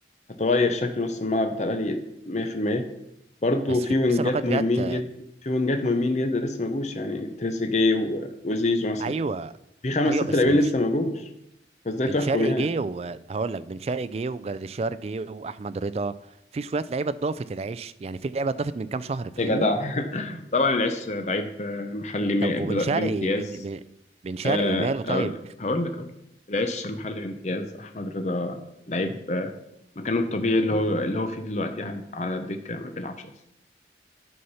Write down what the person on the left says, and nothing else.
هتغير شكل نص الملعب بتاع الأهلي 100% برضه
في
وينجات
مهمين
جدا في وينجات مهمين جدا لسه ما جوش يعني تريزيجيه و- وزيزو مثلا
في خمس
ست
لاعبين
لسه
ما جوش فازاي
تحكم
يعني
يا جدع <laughs> طبعا العش لعيب آه، محلي م-
ب-
بامتياز
آه،
اقول لك هقول لك أقول لك. العش المحلي بامتياز احمد رضا لعيب آه، مكانه الطبيعي اللي هو اللي هو فيه دلوقتي يعني على الدكه ما بيلعبش اصلا